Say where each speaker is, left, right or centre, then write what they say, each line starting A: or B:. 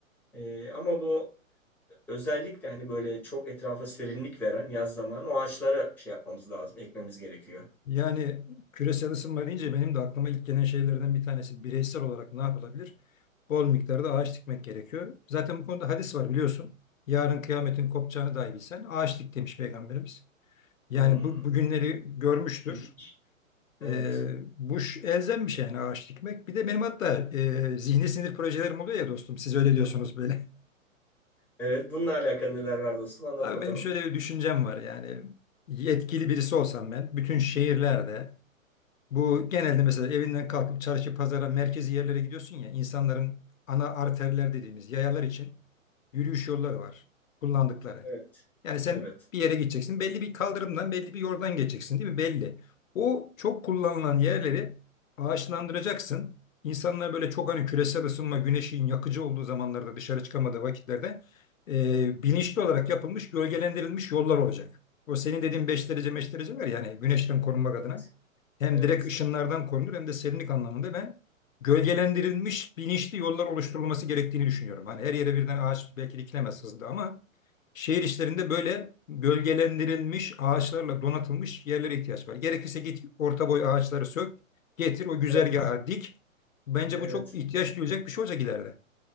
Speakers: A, in the centre; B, on the left.
A: Ee, ama bu özellikle hani böyle çok etrafa serinlik veren yaz zamanı o ağaçlara şey yapmamız lazım, ekmemiz gerekiyor.
B: Yani küresel ısınma deyince benim de aklıma ilk gelen şeylerden bir tanesi bireysel olarak ne yapılabilir? Bol miktarda ağaç dikmek gerekiyor. Zaten bu konuda hadis var biliyorsun. Yarın kıyametin kopacağını dahi bilsen ağaç dik demiş Peygamberimiz. Yani
A: Hmm,
B: bu, bugünleri görmüştür.
A: ilginç. Evet.
B: Ee, bu ş- elzem bir şey yani ağaç dikmek. Bir de benim hatta e, zihni sinir projelerim oluyor ya dostum. Siz öyle diyorsunuz böyle.
A: Evet, bununla alakalı neler var dostum?
B: <laughs>
A: Anlat
B: Abi
A: bakalım.
B: benim şöyle bir düşüncem var yani. Yetkili birisi olsam ben bütün şehirlerde Bu genelde mesela evinden kalkıp çarşı, pazara, merkezi yerlere gidiyorsun ya insanların ana arterler dediğimiz yayalar için yürüyüş yolları var kullandıkları.
A: Evet.
B: Yani sen
A: Evet.
B: bir yere gideceksin belli bir kaldırımdan belli bir yoldan geçeceksin değil mi? Belli. O çok kullanılan yerleri ağaçlandıracaksın. İnsanlar böyle çok hani küresel ısınma, güneşin yakıcı olduğu zamanlarda dışarı çıkamadığı vakitlerde e, bilinçli olarak yapılmış, gölgelendirilmiş yollar olacak. O senin dediğin beş derece beş derece var ya hani güneşten korunmak adına
A: Evet.
B: hem
A: Evet.
B: direkt ışınlardan korunur hem de serinlik anlamında ben gölgelendirilmiş bilinçli yollar oluşturulması gerektiğini düşünüyorum. Hani her yere birden ağaç belki dikilemez hızlı ama şehir içlerinde böyle gölgelendirilmiş ağaçlarla donatılmış yerlere ihtiyaç var. Gerekirse git orta boy ağaçları sök, getir o güzergaha
A: Evet,
B: dik. Bence
A: evet.
B: bu çok ihtiyaç duyulacak bir şey olacak ileride.